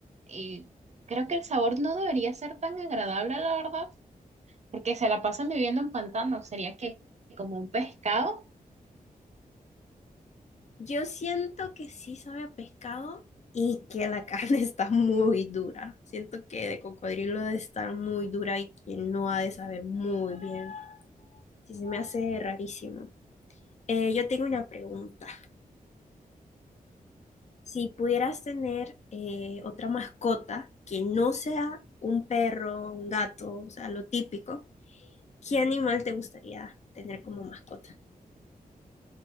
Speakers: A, on the right; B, on the left.
A: Y creo que el sabor no debería ser tan agradable, la verdad, porque se la pasan viviendo en pantano. Sería que como un pescado.
B: Yo siento que sí sabe a pescado y que la <laughs> carne está muy dura. Siento que de cocodrilo debe estar muy dura y que no ha de saber muy bien. Sí, se me hace rarísimo. Eh, yo tengo una pregunta. Si pudieras tener eh, otra mascota que no sea un perro, un gato, o sea, lo típico, ¿qué animal te gustaría tener como mascota?